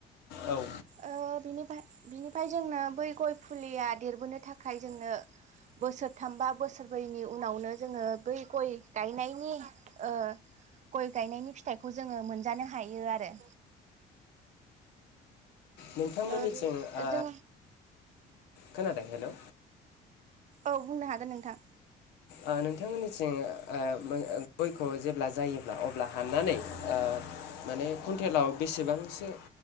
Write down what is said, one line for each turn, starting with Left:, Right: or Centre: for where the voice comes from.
Left: औ ओ
Right: ओ बिनिफ फाय बिनिफाय जोंना बै गय फुलिया देरबोनो थाखाय जोंनो बोसोरथाम बा बोसोरब्रैनि उनावनो जोङो बै गय गायनायनि ओ गय गायनायनि फिथाइखौ जोङो मोनजानो हायो आरो।
Left: नोंथांमोननिथिं
Right: ओ
Left: ओ
Right: जों
Left: खोनादों हेलौ
Right: औ बुंनो हागोन नोंथां।
Left: ओ नोंथांमोननिथिं ओ बो गयखौ जेब्ला जायोब्ला अब्ला हाननानै ओ माने कुन्टेलाव बेसेबांसो